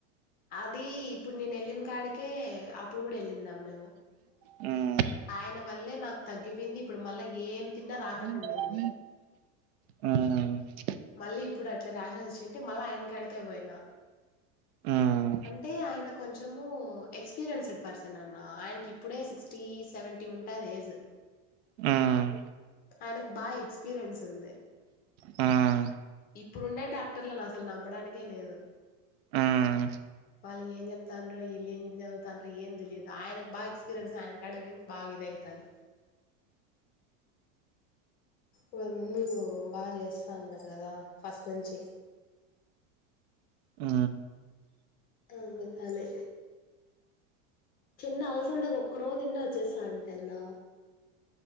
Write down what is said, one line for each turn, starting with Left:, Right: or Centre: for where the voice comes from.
Left: అదీ ఇప్పుడు నేను ఎల్లిన్ కాడికే అప్పుడు కూడ ఎల్లిండం మేము
Right: హుమ్
Left: ఆయన వల్లే నాక్ తగ్గిపోయింది ఇప్పుడు మళ్ళా ఏం
Right: హుమ్
Left: తిన్నా రాకుండా ఉండింది మళ్ళీ ఇప్పుడు అట్లే రాషస్ వచ్చింటే మళ్ళ ఆయన కాడికే పోయినా
Right: మ్మ్
Left: అంటే ఆయనకు కొంచము ఎక్స్పీరియన్స్డ్ పర్సన్ అన్న ఆయనకి ఇప్పుడే సిక్స్టీ సెవెంటీ ఉంటది ఏజ్
Right: హుమ్
Left: ఆయనకు బాగ ఎక్స్పీరియన్స్ ఉంది
Right: హుమ్
Left: ఇప్పుడుండే డాక్టర్లని అసలు నమ్మడానికే లేదు
Right: మ్మ్
Left: వాళ్ళు ఏం చెప్ తండ్రో ఈలేమి చదువ్ తండ్రో ఏం తెలీదు ఆయనక్ బాగా ఎక్స్పీరియన్స్ బాగా ఇదయితంది వాళ్ళ ముందు బాగ చేస్తా అన్నార్ కదా ఫస్ట్ నుంచి
Right: ఆ
Left: అందుకని చిన్న అలసందగా ఒక్కరవ్వ తింటే వచ్చేస్తంటది నా